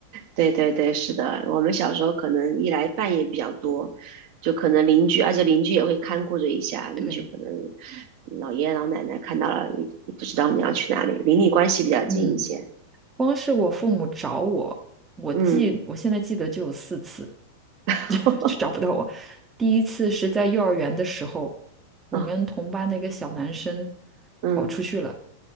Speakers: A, on the right; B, on the right.
A: 对对对，是的。我们小时候可能一来半夜比较多，就可能邻居，而且邻居也会看顾着一下，邻居可能
B: 对，
A: 老爷爷老奶奶看到了也也不知道你要去哪里，邻里关系比较近一些。
B: 嗯，光是我父母找我，我记，
A: 嗯，
B: 我现在记得就有四次，
A: <laughs>
B: <laughs> 就找不到我。第一次是在幼儿园的时候，我跟同班的一个小男生
A: 哦。嗯
B: 跑出去了。